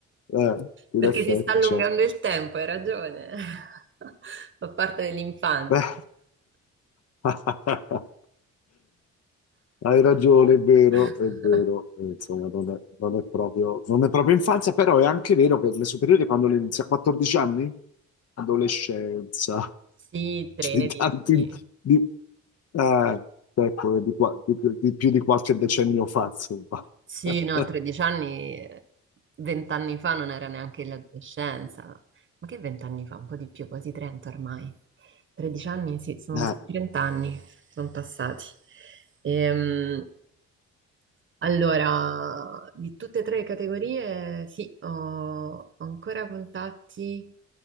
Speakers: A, on the left; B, on the right.
A: eh, in
B: perché
A: effetti,
B: si sta allungando
A: certo.
B: il tempo, hai ragione. <laughs> Fa parte dell'infanzia.
A: Beh, <laughs> hai ragione, è vero,
B: <laughs>
A: è vero. Eh, Insomma, non è, non è proprio, non è proprio infanzia, però è anche vero che le superiori quando le inizi a 14 anni? Adolescenza,
B: Sì, 13.
A: <laughs> di tanti, di, eh, ecco, di qua- di- di più di qualche decennio fa, insomma.
B: Sì,
A: <laughs>
B: no, 13 anni, vent'anni fa non era neanche l'adolescenza. Ma che vent'anni fa? Un po' di più, quasi 30 ormai. 13 anni, sì, sono
A: Eh,
B: 30 anni, sono passati. Ehm, allora, di tutte e tre le categorie, sì, ho ancora contatti,